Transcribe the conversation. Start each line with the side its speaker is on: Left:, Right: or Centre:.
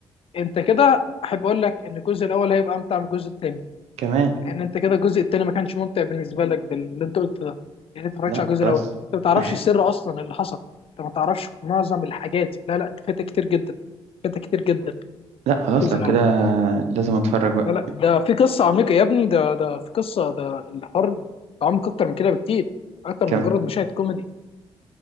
Left: انت كده احب اقول لك ان الجزء الاول هيبقى امتع من الجزء الثاني
Right: كمان
Left: لان انت كده الجزء الثاني ما كانش ممتع بالنسبه لك باللي انت قلت ده يعني انت ما
Right: لا
Left: اتفرجتش على
Right: خلاص
Left: الجزء الاول انت ما تعرفش
Right: <laughs> نح-
Left: السر اصلا اللي حصل انت ما تعرفش معظم الحاجات لا لا انت فايتك كتير جدا فايتك كتير جدا
Right: لا خلاص
Left: الجزء
Right: لو كده
Left: الاول
Right: لازم اتفرج بقى
Left: لا لا ده في قصه عميقه يا ابني ده ده في قصه ده الحوار عمق اكتر من كده بكتير اكتر
Right: كمان
Left: من مجرد مشاهد كوميدي